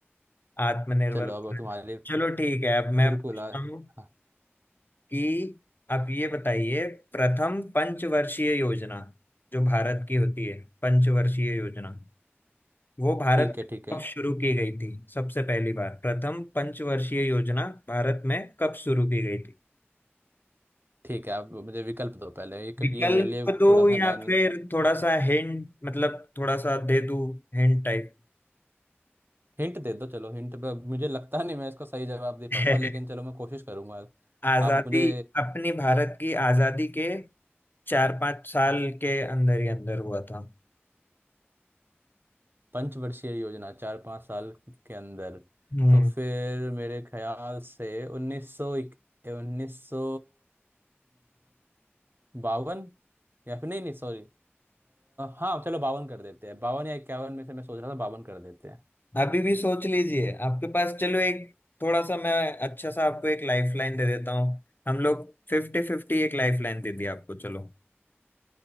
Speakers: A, on the left; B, on the right.
A: आत्मनिर्भर
B: चलो अब
A: भारत।
B: तुम्हारे लिए
A: चलो ठीक है अब मैं
B: बिल्कुल
A: पूछता
B: आ-
A: हूँ
B: हाँ
A: कि आप ये बताइए प्रथम पंचवर्षीय योजना जो भारत की होती है पंचवर्षीय योजना वो भारत
B: ठीक है
A: में
B: ठीक है
A: कब शुरू की गई थी सबसे पहली बार प्रथम पंचवर्षीय योजना भारत में कब शुरू की गई
B: ठीक है आप मुझे विकल्प दो पहले ये क्योंकि
A: विकल्प
B: ये मेरे लिए
A: दूं
B: थोड़ा सा
A: या
B: नया
A: फिर थोड़ा सा हिंट मतलब थोड़ा सा दे दूं हिंट टाइप
B: हिंट दे दो चलो हिंट पे मुझे लगता नहीं मैं इसका सही जवाब दे
A: <laughs>
B: पाऊंगा लेकिन चलो मैं कोशिश करूंगा
A: आजादी
B: आप मुझे
A: अपनी भारत की आजादी के चार पांच साल के अंदर ही अंदर हुआ था
B: पंचवर्षीय योजना चार पाँच साल के अंदर
A: हम्म
B: तो फिर मेरे ख्याल से उन्नीस सौ उन्नीस सौ बावन या फिर नहीं नहीं सॉरी हाँ चलो बावन कर देते हैं बावन या इक्यावन में से मैं सोच रहा था बावन कर देते हैं
A: अभी भी सोच लीजिए आपके पास चलो एक थोड़ा सा मैं अच्छा सा आपको एक लाइफलाइन दे देता हूँ हम लोग फिफ्टी फिफ्टी एक लाइफलाइन दे दी आपको चलो